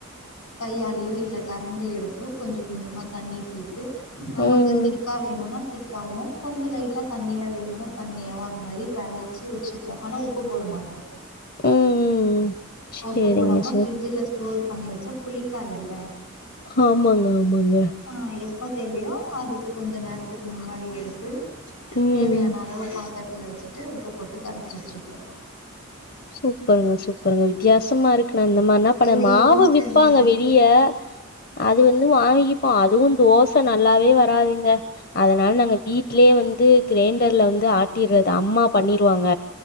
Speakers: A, on the left (about 85°); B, on the left (about 45°).
A: கையாலியோ இல்ல கரண்டி எடுத்தோ கொஞ்சம் கொஞ்சமா தண்ணி சேத்து நமக்கு
B: ம்,
A: திக்கா வேணுன்னா திக்காவவும் கொஞ்சம் லைட்டா தண்ணியா வேணும்னா தண்ணியாவும் அந்த மாரி கரச்சி வெச்சுப்போம் ஆனா உப்பு போட மா
B: ம். சரிங்க,
A: உப்பு போடாம
B: சரி.
A: ஃப்ரிட்ஜ்ல ஸ்டோர் பண்ணி வெச்சா புளிக்காதுல்ல
B: ஆமாங்க ஆமாங்க
A: ஆ எப்போ தேவையோ அதுக்கு கொஞ்சம் நேரத்துக்கு முன்னாடி எடுத்து
B: ம்.
A: தேவையான அளவு பாத்தறத்துல வெச்சுட்டு உப்பு போட்டு கரச்சு வெச்சுப்போம்
B: சூப்பருங்க சூப்பருங்க வித்தியாசமா இருக்கு நான் இந்த மாரினா பண்ண
A: இது
B: மாவு
A: இன்ஸ்டன்ட்டுங்க
B: விப்பாங்க வெளி யா அது வந்து வாங்கிப்போ அதுவு தோ சா நல்லாவே வராதுங்க அதனால நாங்க வீட் லயே வந்து கிரைண்டர்ல வந்து ஆட்டிர்றது அம்மா பண்ணிருவாங்க